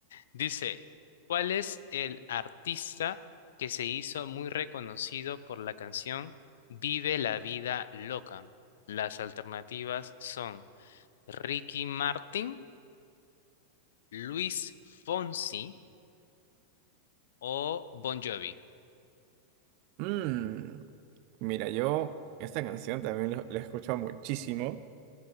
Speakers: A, on the left; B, on the right.
A: Dice, ¿cuál es el artista que se hizo muy reconocido por la canción Vive la vida loca? Las alternativas son Ricky Martin, Luis Fonsi o Bon Jovi.
B: Mm, mira, yo esta canción también lo- la he escuchado muchísimo